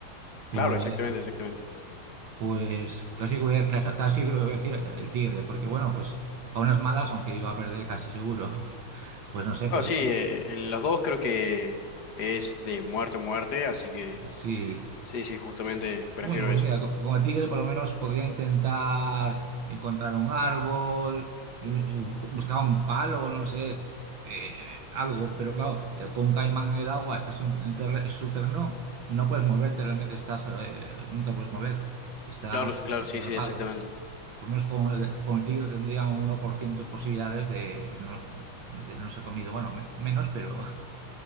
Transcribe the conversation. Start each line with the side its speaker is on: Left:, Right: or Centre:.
Right: Pues,
Left: Claro, exactamente, exactamente.
Right: pues casi que voy a, casa- casi que voy a decir el tigre, porque bueno, pues a unas malas, aunque iba a perder casi seguro. <laughs> Pues no sé,
Left: Claro,
Right: pues
Left: sí, eh, en los dos creo que es de muerte a muerte, así que
Right: sí,
Left: sí, sí, justamente
Right: Sí.
Left: prefiero
Right: Bueno, pues
Left: eso.
Right: mira, co- como tigre por lo menos podría intentar encontrar un árbol, eh, un- buscar un palo, no sé, eh, algo, pero claro, eh, con un caimán en el agua estás en un terre- subterráneo, no puedes moverte, realmente estás, eh, no te puedes mover, estás
Left: Claro, claro,
Right: atra-
Left: sí,
Right: atrapado.
Left: sí, exactamente.
Right: Por lo menos con el, con el tigre tendría un 1% de posibilidades de no, de no ser comido, bueno, me- menos, pero <laughs>